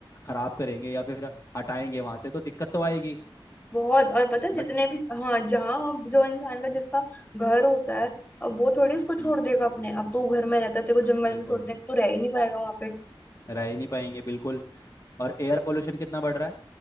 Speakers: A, on the left; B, on the left.
A: खराब करेंगे या फिर हटाएंगे वहां से तो दिक्कत तो आएगी
B: बहुत और पता है जितने
A: बट
B: भी हाँ जहाँ जो इंसान का जिसका घर होता है अब वो थोड़ी उसको छोड़
A: हम्म
B: देगा अपने अब तो घर में रहता है तेरे को जंगल
A: बिल्कुल
B: में छोड़ देगा तू रह ही नहीं पाएगा वहां पे
A: रह ही नहीं पाएंगे बिल्कुल और एयर पोल्यूशन कितना बढ़ रहा है